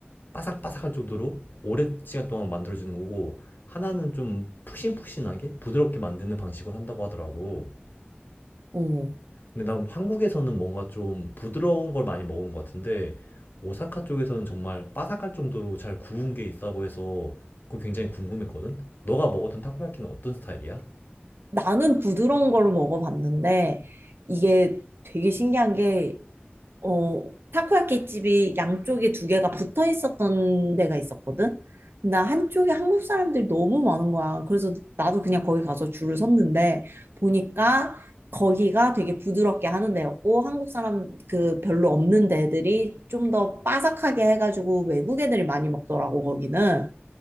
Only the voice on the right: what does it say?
오.
나는 부드러운 걸 먹어봤는데 이게 되게 신기한 게 어, 타코야키 집이 양쪽에 두 개가 붙어 있었던 데가 있었거든. 나 한쪽에 한국 사람들이 너무 많은 거야. 그래서 나도 그냥 거기 가서 줄을 섰는데 보니까 거기가 되게 부드럽게 하는 데였고 한국 사람 그 별로 없는 데들이 좀 더 바삭하게 해가지고 외국 애들이 많이 먹더라고 거기는.